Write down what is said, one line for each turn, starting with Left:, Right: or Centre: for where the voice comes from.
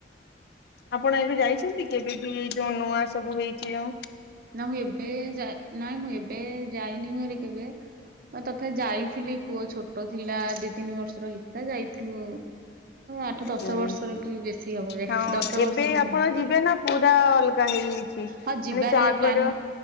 Left: ଆପଣ ଏବେ ଯାଇଛନ୍ତି କେବେ ବି ଏଇ ଯୋଉ ନୂଆ ସବୁ ହେଇଛି ଯୋଉଁ
Right: ନା ଏବେ ଯା ନାଇଁ ମୁଁ ଏବେ ଯାଇନି ଭାରି କେବେ ହଁ ତଥାପି ଯାଇଥିଲି ପୁଅ ଛୋ ଟ ଥିଲା ଦି ତିନି ବର୍ଷର ହେଇଥିଲା ଯାଇଥିଲୁ। ଆଠ ଦଶ
Left: ହୁଁ।
Right: ବର୍ଷର କି ବେଶୀ ହବ ଯାଇ
Left: ହଁ
Right: ଦଶ
Left: ଏବେ
Right: ବର୍ଷ ଖଣ୍ଡେ।
Left: ଆପଣ ଯିବେ ନା ପୁରା ଅଲଗା ହେଇଯାଇଛି।
Right: ହଁ ଯିବାରେ
Left: ମାନେ ସେ ଆଗର
Right: ପ୍ଲାନ